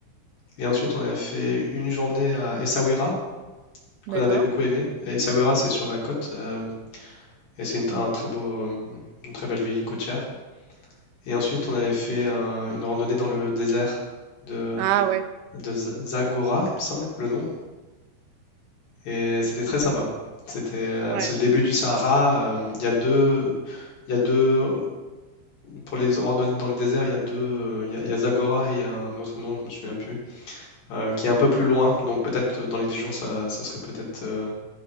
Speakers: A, on the left; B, on the right.
A: Et ensuite, on a fait une journée à Essaouira, qu'on
B: D'accord.
A: avait beaucoup aimé. Et Essaouira, c'est sur la côte, euh, et c'est une, un très beau, euh, une très belle ville côtière. Et ensuite, on avait fait un- une randonnée dans le désert de,
B: Ah ouais.
A: de Z- Zagora, il me semble, le nom. Et c'était très sympa. C'était, euh,
B: Ouais.
A: c'est le début du Sahara. euh, Il y a deux, il y a deux, pour les randonnées dans le désert, il y a deux, euh, il y a, il y a Zagora et il y a un autre nom, je me souviens plus, euh, qui est un peu plus loin. Donc peut-être euh, dans les 10 jours, ça, ça serait peut-être euh,